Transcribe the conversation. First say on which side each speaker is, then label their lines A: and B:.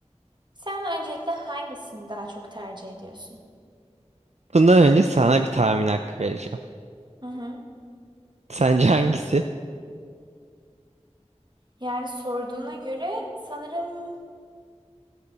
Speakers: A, on the right; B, on the right.
A: Sen öncelikle hangisini daha çok tercih ediyorsun?
B: Bundan önce sana bir tahmin hakkı vereceğim.
A: Hı hı.
B: Sence hangisi?
A: Yani sorduğuna göre sanırım